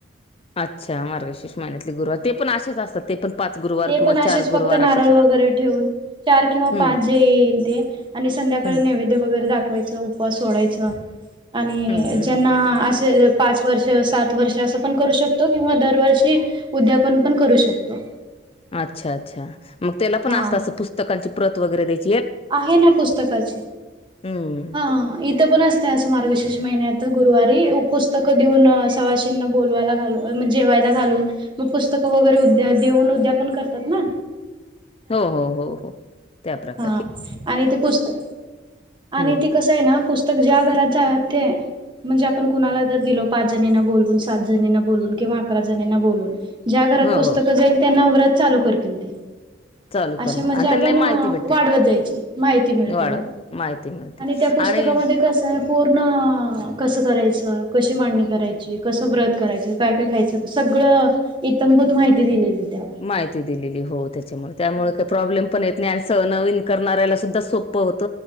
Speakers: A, on the left; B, on the right.
A: अच्छा मार्गशीर्ष महिन्यातले गुरुवार
B: हा.
A: ते पण असेच असतात ते पण पाच गुरुवार
B: ते
A: किंवा
B: पण असेच
A: चार गुरुवार
B: फक्त नारळ
A: असेच
B: वगैरे ठेवून चार किंवा
A: हम्म
B: पाच जे येईल ते आणि संध्याकाळ
A: हम्म
B: नैवेद्य वगैरे दाखवायच उपवास सोडायचा आणि
A: हम्म हम्म हम्म
B: ज्यांना असे पाच वर्ष, सात वर्ष असं पण करू शकतो किंवा दरवर्षी उद्यापन पण करू शकतो.
A: अच्छा अच्छा मग त्याला पण
B: हा
A: असत असं पुस्तकांची प्रत वगैरे द्याय.
B: आहे ना पुस्तकाचे
A: हं.
B: ह हा इथं पण असते. मारगशीर्ष महिन्यात गुरुवारी पुस्तकं देऊन सवासिनला बोवायला घाल म्हणजे जेवायला घालून मग पुस्तक वगैरे देऊन उद्यापन करतात ना
A: हो हो हो हो त्या प्रकार
B: ह आणि ते पुस्तक आणि
A: हं.
B: ते कसं आहे ना पुस्तक ज्या घरात मध्ये म्हणजे आपण कुणाला जर दिलो पाच जणींना बोलून सात जणींना बोलून किंवा अकरा जणींना बोलून ज्या घरात
A: हो,
B: पुस्तकं
A: हो.
B: जाईल त्यांना व्रत चालू करतील ते
A: चालू
B: असे
A: करणार
B: म्हणजे
A: आणि
B: आपण
A: त्यांनाही माहिती भेटते.
B: वाढवत जायचे माहिती मिळते
A: वाढ
B: हो
A: माहिती मिळते
B: आणि त्या पुस्तकामध्ये
A: आणि
B: कसं आहे पूर्ण कसं करायचं कशी मांडणी करायची कसं व्रत करायचं काय काय खायचं ते सगळं सगळ इतंभूत माहिती दिलेली त्यावर
A: माहिती दिलेली हो त्याच्यामुळे त्यामुळे
B: हो
A: काय प्रॉब्लेम पण येत नाही चला नवीन करऱ्याला सुध्धा सोप्प होत